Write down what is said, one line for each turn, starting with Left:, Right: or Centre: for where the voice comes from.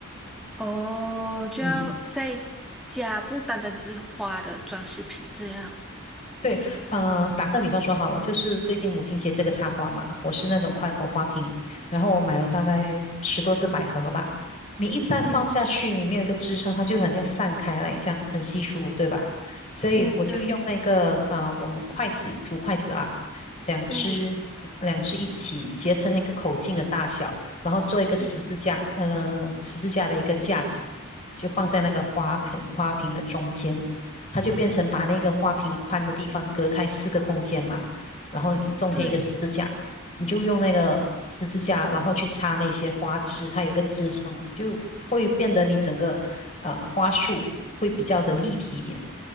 Centre: 哦，就要再加不单单只是花的装饰品这样。
Left: 嗯。对，呃，打个比方说好了，就是最近母亲节这个插花嘛，我是那种宽口花瓶，然后我买了大概十多只百合吧。你一旦放下去，
Centre: 嗯
Left: 你面有一个支撑，它就很像散开来这样，很稀疏，对吧？所以我就用那个呃，
Centre: 嗯，对，
Left: 我们筷子，竹筷子啊，两只两只一起结成那个口径的大小，
Centre: 嗯
Left: 然后做一个十字架，
Centre: 嗯，
Left: 呃，十字架的一个架子，就放在那个花盆花瓶的中间。它就变成把那个花瓶宽的地方隔开四个空间嘛，然后一中间一个十字架，
Centre: 对
Left: 你就用那个十字架，然后去插那些花枝，它有一个支撑，就会变得你整个呃花束会比较的立体一点，